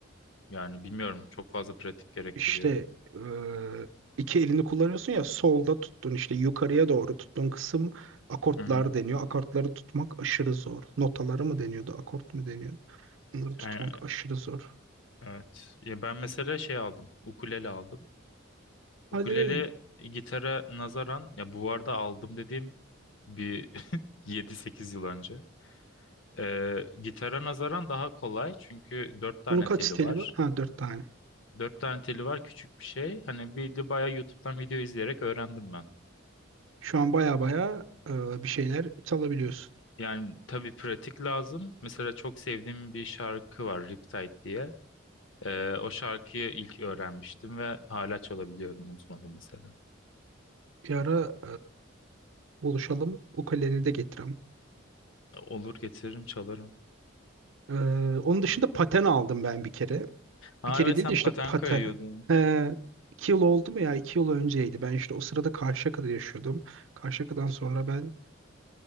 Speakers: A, on the left; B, on the right.
A: Yani bilmiyorum çok fazla pratik gerektiriyor.
B: İşte eee, iki elini kullanıyorsun ya solda tuttun işte yukarıya doğru tuttun kısım akortlar
A: Hı hı.
B: deniyor. Akortları tutmak aşırı zor. Notaları mı deniyordu, akort mu deniyordu? Bunları tutmak
A: Yani
B: aşırı zor.
A: evet. Ya ben mesela şey aldım. Ukulele aldım.
B: Hadi
A: Ukulele
B: be.
A: gitara nazaran ya bu arada aldım dediğim bir <laughs> yedi sekiz yıl önce. Ee, gitara nazaran daha kolay çünkü 4 tane
B: Bunun kaç
A: teli
B: steli
A: var.
B: var? Ha dört tane.
A: 4 tane teli var küçük bir şey. Hani bir de bayağı YouTube'dan video izleyerek öğrendim ben.
B: Şu an baya baya e, bir şeyler çalabiliyorsun.
A: Yani tabii pratik lazım. Mesela çok sevdiğim bir şarkı var Riptide diye. Ee, o şarkıyı ilk öğrenmiştim ve hala çalabiliyorum. Unutmadım mesela.
B: Bir ara e, buluşalım. Ukuleleni de getireyim.
A: Olur getiririm çalarım.
B: E, onun dışında paten aldım ben bir kere.
A: Aa
B: Bir kere
A: evet
B: değil
A: sen
B: de işte
A: paten
B: paten.
A: kayıyordun.
B: He, iki yıl oldu mu ya? İki yıl önceydi. Ben işte o sırada Karşıyaka'da yaşıyordum. Karşıyaka'dan sonra ben...